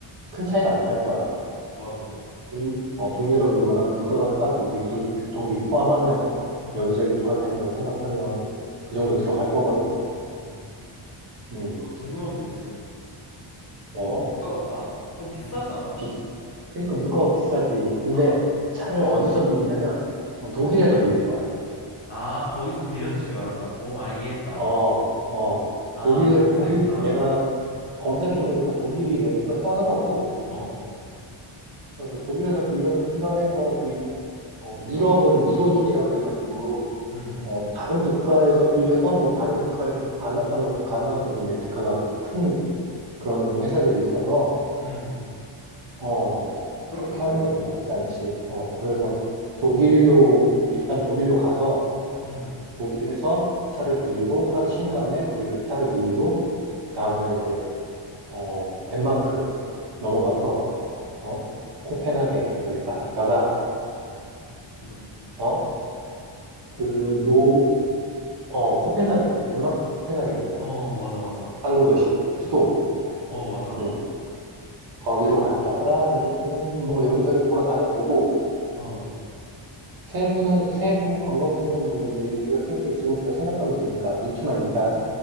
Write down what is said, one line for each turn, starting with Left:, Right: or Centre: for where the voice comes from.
Right: 큰 차이가 안 날 거야.
Left: 맞아.
Right: 인- 어, 북유럽이 워낙 물가가 싸고 우리 둘 교통비 포함하면
Left: 음,
Right: 여기저기 돌아다닌다고 생각하면 그 정도 들어갈 거거든.
Left: 음.
Right: 음,
Left: 나 궁금한 게 있어.
Right: 뭐,
Left: 거기 물가가 싸? 그럼 비싸지 않아?
Right: 비, 그러니까 물가가 비싸지. 근데
Left: 아,
Right: 차를 어디서 빌리냐면 어,
Left: 어.
Right: 독일에서 빌릴 거야.
Left: 아, 거기서 빌려서 출발한다고? 아, 이해했다.
Right: 어, 어,
Left: 아,
Right: 독일에,
Left: 그렇게 하면
Right: 독일,
Left: 되겠다.
Right: 내가 검색해보니까 독일이 렌트가 싸더라고.
Left: 어,
Right: 그래서 독일에서 빌려서 출발해서 또 어, 유럽은 유로존이라 그래가지고
Left: 음,
Right: 어, 다른 국가에서 빌려서 뭐 다른 국가에서 반납하는 것도 가능하거든. 렌트카가 큰 그런 회사들이 있어서
Left: 음.
Right: 어,
Left: 그렇게
Right: 그렇게
Left: 하면
Right: 하는
Left: 되겠다.
Right: 것도 나쁘지 않지. 어, 그래서
Left: 어,
Right: 독일로 일단 독일로 가서
Left: 음,
Right: 독일에서 차를 빌리고 하루 쉰 다음에 독일에서 차를 빌리고 그 다음날
Left: 음,
Right: 이제 어, 덴마크 넘어가서
Left: 어,
Right: 어, 코펜하겐 여기 딱 갔다가
Left: 음.
Right: 어?
Left: 코-
Right: 그 노, 어, 코펜하겐, 덴마크 코펜하겐 있잖아.
Left: 어, 맞아, 맞아.
Right: 항구 도시, 수도.
Left: 어, 어, 맞아.
Right: 응. 거기로 갔다가 이제 좀 뭐 여기저기 돌아다녀 보고
Left: 어,
Right: 세부는 세부 관광지는 뭐 이제 우리가 슬슬 지금부터 생각하면 되니까 루트만 일단